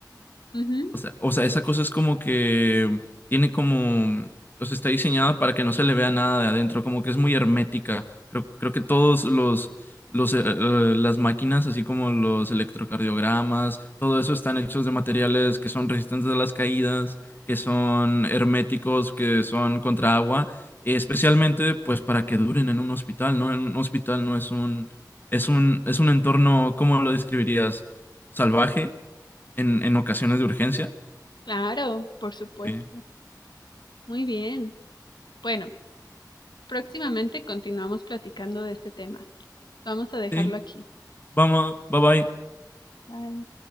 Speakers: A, on the left (about 85°); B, on the left (about 30°).
A: Ujú,
B: O sea, o sea, esa cosa es como que tiene como, o sea, está diseñada para que no se le vea nada de adentro, como que es muy hermética. Creo, creo que todos los, los, eh, eh, las máquinas, así como los electrocardiogramas, todo eso están hechos de materiales que son resistentes a las caídas, que son herméticos, que son contra agua, especialmente pues para que duren en un hospital, ¿no? En un hospital no es un, es un, es un entorno, ¿cómo lo describirías? Salvaje en, en ocasiones de urgencia.
A: claro, por supuesto.
B: Sí,
A: Muy bien. Bueno, próximamente continuamos platicando de este tema. Vamos a dejarlo
B: sí,
A: aquí.
B: vamos, bye bye.
A: Bye.